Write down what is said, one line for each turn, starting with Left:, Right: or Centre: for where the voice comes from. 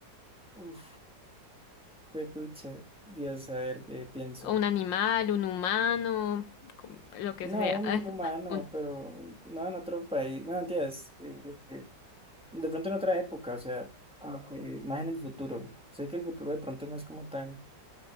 Centre: Uf, pucha, Dios, a ver qué pienso.
Left: ¿Un animal, un humano, como- lo que
Centre: No,
Left: sea?
Centre: un
Left: <laughs>
Centre: humano,
Left: Un-
Centre: pero no en otro país. No, entiendes. eh, eh, de pronto en otra época, o sea, como que más en el futuro. Sé que el futuro de pronto no es como tan